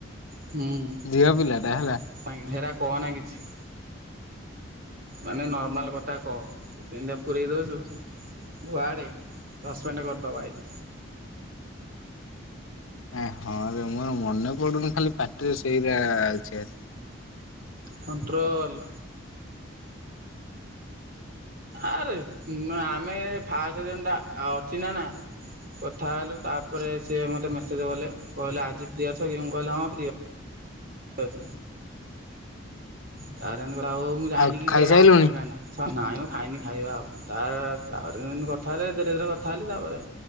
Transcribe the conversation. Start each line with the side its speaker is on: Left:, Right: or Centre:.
Right: ହୁଁ <unintelligible>
Left: ଝିଅ ପିଲାଟା ହେଲା।
Right: କହନା କିଛି। ମାନେ ନର୍ମାଲ କଥା କହ ଯେମତିଆ ପୁରେଇ ଦୋଉଚୁ। ୱାଡେ ସସ୍ପେଣ୍ଡ କରିଦବ ଆଇଡି।
Left: ଏଁ ହଁ ରେ ମୋର ମନେ ପଡୁନି ଖାଲି ପାଟିରେ ସେଇରା ଆଉଚି ଭାରି।
Right: କଣ୍ଟ୍ରୋଲ। ଆରେ ଉଁ ଆମେ ଫାଷ୍ଟ ଦିନଟା ଆ ଅଚିନ୍ନା ନା। କଥା ହେଲୁ ତାପରେ ସିଏ ମୋତେ ମେସେଜ୍ କଲେ କହିଲେ ଆଜି ଫ୍ରୀ ଅଛ କି ମୁଁ କହିଲି ହଁ ଫ୍ରୀ ଅଛି। ତାପରେ ମୁଁ ଜାଣିଲି
Left: ଆଉ
Right: କି
Left: ଖାଇସାଇଲୁଣି
Right: ସେ ଗୋଟେ ଆକାଉଣ୍ଟାଟଆ ହଁ ନାଇଁ ମୁଁ ଖାଇନି ଖାଇବା ଆଉ ତା ତାଅରେ ତାପରେ ସେମିତି କଥା ହେଲି ଧୀରେ ଧୀରେ କଥା ହେଲି ତାପରେ